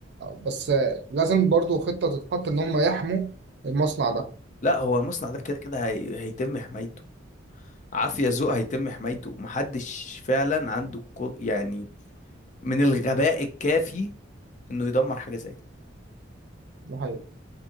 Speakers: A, on the right (about 60°); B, on the left (about 40°).
A: بس آه، لازم برضو خطه تتحط ان هم يحموا المصنع ده
B: لا هو المصنع ده كده كده هي... هيتم حمايته عافية ذوق هيتم حمايته محدش فعلا عنده القو- يعني من الغباء الكافي انه يدمر حاجة زي دي
A: ده حقيقي.